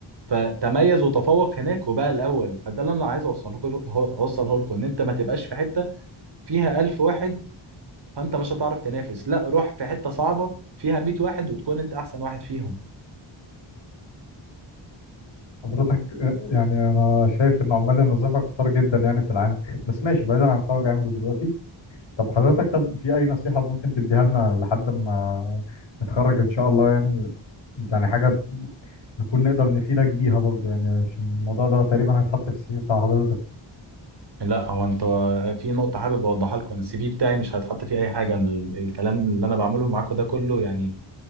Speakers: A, on the right; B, on the left.
A: فتميز وتفوق هناك وبقى الاول فده اللي انا عايز اوصله لكم اوصله لكم ان انت ما تبقاش في حته فيها 1000 واحد فانت مش هتعرف تنافس لا روح في حته صعبه فيها 100 واحد وتكون انت احسن واحد فيهم
B: حضرتك يعني انا شايف ان عمال النظافه كتار جدا يعني في العالم بس ماشي بعيدا عن فرج عامل دلوقتي طب حضرتك طب في أي نصيحة ممكن تديها لنا لحد ما نتخرج إن شاء الله يعني يعني حاجة نكون نقدر نفيدك بيها برضه يعني عشان الموضوع ده تقريبا هيتحط في السي في بتاع حضرتك
A: لا هو انت في نقطة حابب اوضحها لكم انا السي في بتاعي مش هيتحط فيه اي حاجة أنا ال- الكلام اللي انا بعمله معاكم ده كله يعني